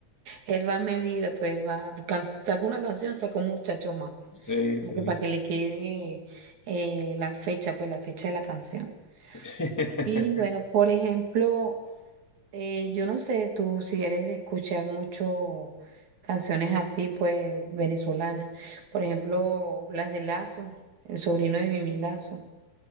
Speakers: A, on the right (about 65°); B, on the left (about 30°).
A: él va a medida, pues él va, can- saca una canción, saca un muchacho más,
B: Sí,
A: como
B: sí.
A: que para que le quede eh, la fecha, pues la fecha de la canción.
B: <laughs>
A: Y bueno, por ejemplo, Eh, yo no sé, tú si eres de escuchar mucho canciones así, pues venezolanas. Por ejemplo, las de Lazo, el sobrino de Mimi Lazo.